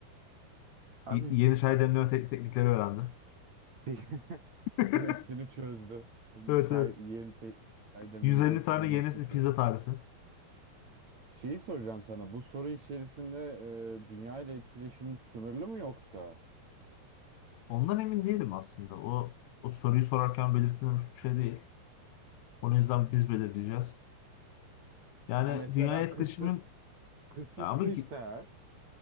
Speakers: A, on the right (about 40°); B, on the left (about 80°).
A: <laughs> Abi
B: Y- yeni çay demleme tek- teknikleri öğrendi.
A: peki <laughs>
B: <laughs>
A: Tüm Hepsini çözdü. Tüm
B: Evet
A: Çay,
B: evet.
A: yeni te çay demleme
B: 150
A: tekniklerinin
B: tane yeni
A: hepsini çözdü.
B: pizza tarifi.
A: Şeyi soracağım sana. Bu soru içerisinde e, dünya ile etkileşimimiz sınırlı mı yoksa?
B: Ondan emin değilim aslında. O, o soruyu sorarken belirtilmemiş bir şey değil. Onun yüzden biz belirleyeceğiz. Yani
A: Ya mesela
B: dünya etkileşimin
A: kısıt kısıtlıysa
B: ya abi
A: eğer